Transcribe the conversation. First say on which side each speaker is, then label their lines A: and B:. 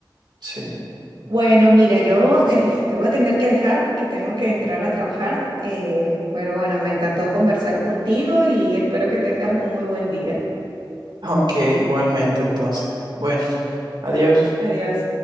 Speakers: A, on the right; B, on the right.
A: Sí.
B: Bueno, mira, yo eh, te voy a tener que dejar porque tengo que entrar a trabajar, eh, pero bueno, me encantó conversar contigo y espero que tengas un muy buen día.
A: Ok, igualmente entonces. Bueno, adiós.
B: Adiós.